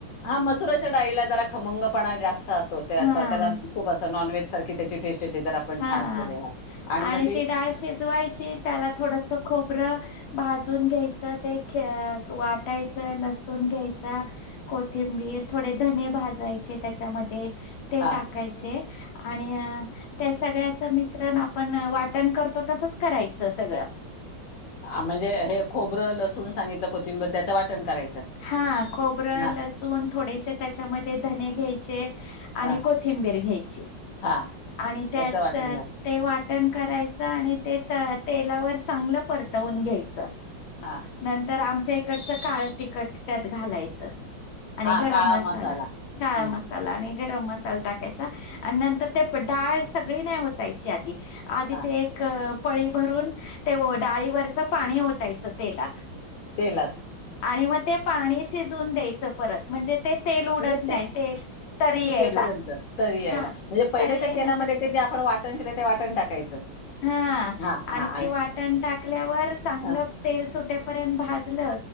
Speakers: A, on the left; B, on the left.
A: हा मसुराच्या डाळीला जरा खमंगपणा जास्त असतो ते अस
B: हा
A: त्याला खूप अस नॉनव्हेज सारखी त्याची टेस्ट येते जर आपण
B: हा
A: छान केले हां मग
B: आणि ती डाळ शिजवायची त्याला थोडस खोबरं भाजून घ्यायचं ते ख वाटायचं लसून घ्यायच कोथिंबीर थोडे धने भाजायचे त्याच्यामध्ये ते
A: हां,
B: टाकायचे आणि अ त्या सगळ्याच मिश्रण आपण वाटण करतो तसच करायचं सगळं
A: म्हणजे हे खोबरं लसूण सांगितलं कोथिंबीर त्याचं वाटण करायचं
B: हा खोबरं
A: हां,
B: लसूण थोडेसे त्याच्यामध्ये धने घ्यायचे आणि
A: हां,
B: कोथिंबीर बीर घ्यायची
A: हां
B: आणि त्याच
A: त्याचं वाटण झालं.
B: ते वाटण करायच आणि ते तला तेलावर चांगलं परतवून घ्यायचं
A: हां,
B: नंतर आमच्या इकडचं काळं तिखट त्यात घालायचं आणि
A: हां
B: गरम
A: काळा
B: मसाला काळा
A: हं,
B: मसाला आणि गरम मसाला टाकायचा आणि नंतर ते प डाळ सगळी नाही होतायची आधी आधी
A: हां
B: ते एक पळी भरून ते ओ डाळीवरच पाणी ओतायचं तेलात
A: तेलाात
B: आणि मग ते पाणी शिजून द्यायचं परत म्हणजे ते तेल उडत
A: म्हणजे
B: नाही तेल तरी यायला
A: ते पर्यंत तरी यायला
B: हा
A: म्हणजे पहिले
B: तरी
A: त्या
B: येण्यासाठी
A: तेलामध्ये ते
B: तसं
A: जे आपण वाटण केलं ते वाटण टाकायचं
B: हा
A: हां,
B: आणि
A: हां
B: ते वाटण टाकल्यावर चांगलं
A: हां,
B: तेल सुटेपर्यंत भाज जल